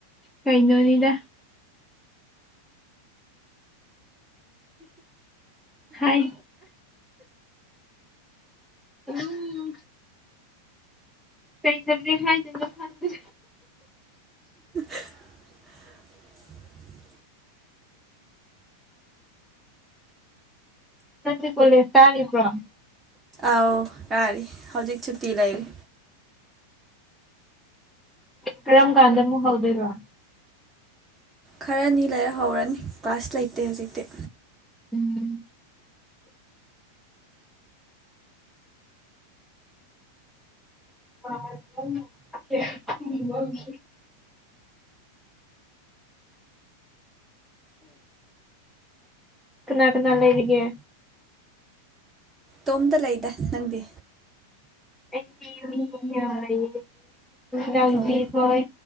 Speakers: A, in the centre; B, on the right.
A: ꯀꯩꯅꯣꯅꯤꯗ ꯍꯥꯏ ꯎꯝ ꯀꯩ ꯆꯗ ꯍꯥꯏꯥꯏꯗꯅ ꯈꯪꯗ
B: <inaudible>
A: ꯅ ꯀꯣꯂꯦ ꯁꯔꯤ ꯄꯨ꯭ꯔꯥ
B: ꯑꯥꯎ ꯀꯥꯥꯏꯔꯤꯦ ꯍꯧꯖꯤꯛ ꯁꯨꯇꯤ ꯂꯩꯔꯤꯦ
A: ꯀꯔꯝ ꯀꯥꯟꯗꯃꯨ ꯍꯧꯗꯣꯏ ꯋꯥ
B: ꯈꯔꯅꯤ ꯂꯩꯔꯍꯧꯔꯅꯤ ꯀ꯭ꯂꯥꯁ ꯂꯩꯇꯦ ꯍꯧꯖꯤꯛꯇꯤ
A: ꯎꯝ <inaudible> ꯀꯅꯥ ꯀꯅꯥ ꯂꯩꯔꯤꯒꯦ
B: ꯇꯣꯝꯇ ꯂꯩꯗ ꯅꯪꯗꯤ
A: ꯑꯩ ꯂꯥꯎꯗꯤ
B: ꯑꯧ
A: ꯍꯣꯏ